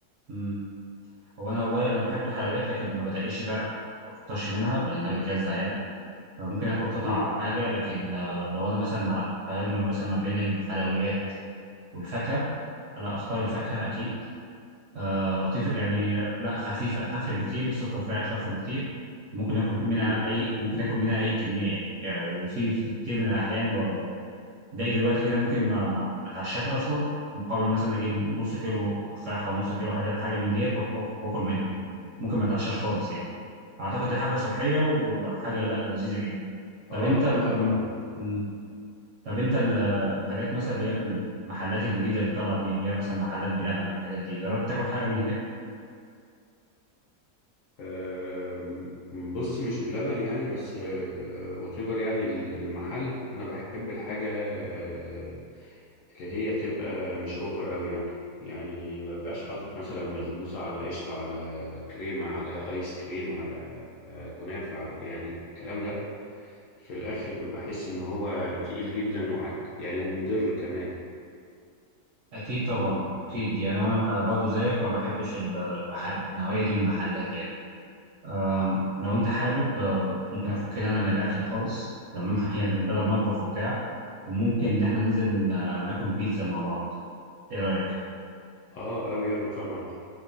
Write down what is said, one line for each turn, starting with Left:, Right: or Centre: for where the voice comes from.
Right: امم هو انا والله انا بحب الحلويات لكن ما بتقيش فيها ما بكترش منها لانها بتجزع يعني فممكن اكل قطعه
Left: مم.
Right: او حاجه لكن آه، لو انا مثلا هقارن ما- مثلا ما بين الحلويات والفاكهه لا اختار الفاكهه اكيد آه لطيفه يعني آه، لا خفيفه اخف بكتير السكر فيها اخف بكتير ممكن اكل منها
Left: مم.
Right: اي ممكن اكل منها اي كميه يعني يعني في في كتير من الاحيان زي دلوقتي كده ممكن ما ما ما اتعشاش اصلا مقابل مثلا اجيب نص كيلو تفاحه او نص كيلو حاجه حاجه من ديت وآك- وآك- واكل منها ممكن ما اتعشاش خالص يعني اعتقد دي حاجه صحيه وحاجه لا لذيذه جدا طب
Left: اه
Right: انت ال...
Left: اه طبعا
Right: أم- أم. طب انت ال... الحاجات مثلا اللي هي في المحلات الجديده اللي طالعه دي اللي هي مثلا محلات بلبن والحاجات دي جربت تاكل حاجه من هناك
Left: آم، بص مش بلبن يعني بس واتيفر يعني ال- المحل انا بحب الحاجه آه، اللي هي تبقى مش اوفر قوي يعني يعني ما بيبقاش حاطط مثلا بسبوسه على قشطه على كريمه على ايس كريم على آه، كنافه على يعني الكلام ده في الاخر بحس ان هو تقيل جدا وعك يعني ومضر كمان
Right: اكيد طبعا
Left: و-
Right: اكيد يعني وانا برضو زيك ما بحبش الب- المح- النوعيه دي من المحلات يعني آم، لو انت حابب آه، ممكن افكنا انا من الاكل خالص تمام <laughs> يعني بدل ما اطبخ وبتاع وممكن ان احنا ننزل ن- ناكل بيتزا مع بعض ايه رايك
Left: اه قوي قوي طبعا